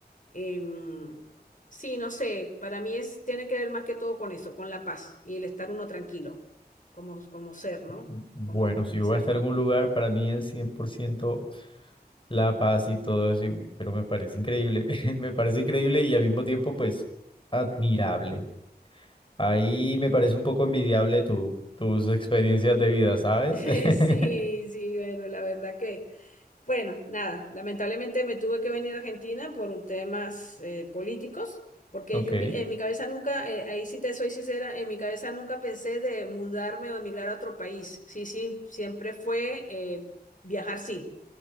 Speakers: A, on the left; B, on the left.
A: Em, sí, no sé, para mí es, tiene que ver más que todo con eso, con la paz y el estar uno tranquilo, como, como ser, ¿no?
B: Bueno,
A: Como con
B: si
A: el
B: yo
A: ser.
B: voy a estar en un lugar, para mí es 100% la paz y todo eso, y- pero me parece increíble, <laughs> me parece increíble y al mismo tiempo, pues, admirable. Ahí me parece un poco envidiable tu, tus experiencias de vida, ¿sabes?
A: <laughs>
B: <laughs>
A: Sí, sí, bueno, la verdad que, bueno, nada, lamentablemente me tuve que venir a Argentina por un temas eh, políticos, porque
B: Ok.
A: yo en mi, en mi cabeza nunca, eh, ahí sí te soy sincera, en mi cabeza nunca pensé de mudarme o emigrar a otro país. Sí, sí, siempre fue eh, viajar, sí,